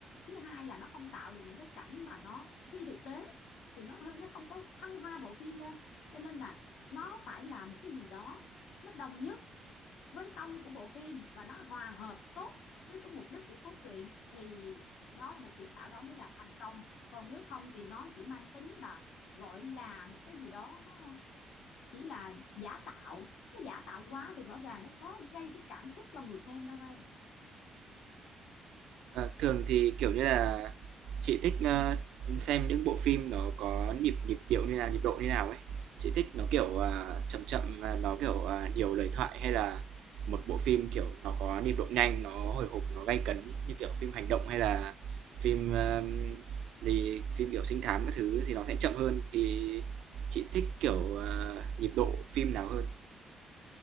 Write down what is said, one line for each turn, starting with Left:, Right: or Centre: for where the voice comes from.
Left: thứ hai là nó không tạo được những cái cảnh mà nó phi thực tế thì nó hơi nó không có thăng hoa bộ phim lên cho nên là nó phải là một cái gì đó nó đồng nhất với tông của bộ phim và nó hòa hợp tốt với cái mục đích của cốt truyện thì đó là một kỹ xảo đó mới là thành công còn nếu không thì nó chỉ mang tính là gọi là một cái gì đó nó chỉ là giả tạo nó giả tạo quá thì rõ ràng nó khó gây cái cảm xúc cho người xem đâu em
Right: Ờ, thường thì, kiểu như là, chị thích, ơ, xem những bộ phim nó có nhịp nhịp điệu như là nhịp độ như nào ấy. Chị thích nó, kiểu, à, chậm chậm và nó, kiểu, à, nhiều lời thoại hay là một bộ phim, kiểu, nó có nhịp độ nhanh, nó hồi hộp, nó gay cấn như kiểu phim hành động hay là phim, ơ, gì, phim, kiểu, trinh thám các thứ thì nó sẽ chậm hơn. Thì chị thích, kiểu, à, nhịp độ phim nào hơn?